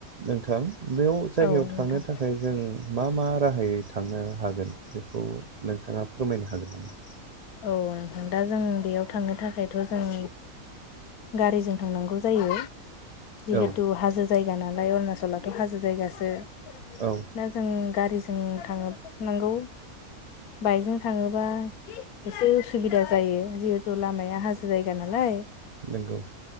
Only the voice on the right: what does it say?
नोंथां बेयाव जायगायाव
थांनो
थाखाय जों मा मा राहायै थांनो हागोन बेखौ नोंथाङा फोरमायनो हागोन नामा?
औ
औ
नंगौ